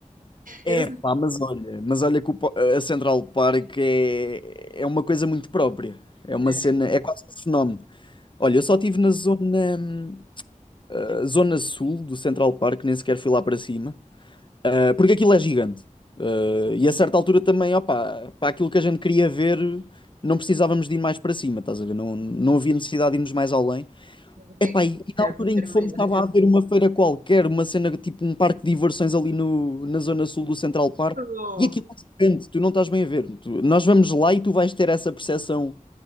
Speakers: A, on the left; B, on the right.
A: é
B: Eu não sei
A: pá, mas olha, mas olha que o po- a Central Park é, é uma coisa muito própria. É uma
B: é,
A: cena, é quase um fenómeno. Olha, eu só estive na zona, hum, ah, zona sul do Central Park, nem sequer fui lá para cima, Ah, porque aquilo é gigante. Ah, e a certa altura também, opa, para aquilo que a gente queria ver, não precisávamos de ir mais para cima, estás a ver? Não, não havia necessidade de irmos mais além.
B: o que
A: Epá,
B: é que
A: e e
B: serve
A: na altura
B: para ter
A: em que fomos
B: uma ideia.
A: estava a haver uma feira qualquer, uma cena tipo um parque de diversões ali no, na zona sul do Central Park,
B: Oh,
A: e aquilo é gigante, tu não estás bem a ver. Tu- nós vamos lá e tu vais ter essa percepção